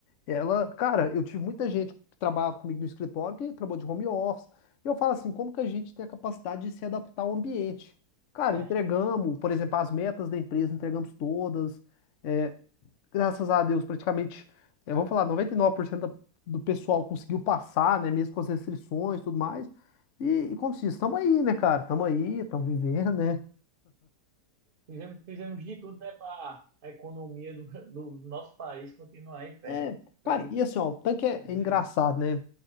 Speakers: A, on the left; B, on the right.
A: Ela, cara, eu tive muita gente que trabalhava comigo no escritório que trabalhou de home office. E eu falo assim, como que a gente tem a capacidade de se adaptar ao ambiente? Cara,
B: é,
A: entregamos, por exemplo, as metas da empresa, entregamos todas. É, graças a Deus, praticamente, é, vamos falar, 99% da- do pessoal conseguiu passar, né? Mesmo com as restrições e tudo mais. E, e como se diz, estamos aí, né, cara? Estamos aí, estamos vivendo, né?
B: fizemos, fizemos de tudo, né, para a economia do, do, do nosso país continuar em pé.
A: É,
B: Foi,
A: cara, e assim, ó, o tanque é,
B: foi
A: é
B: difícil.
A: engraçado, né?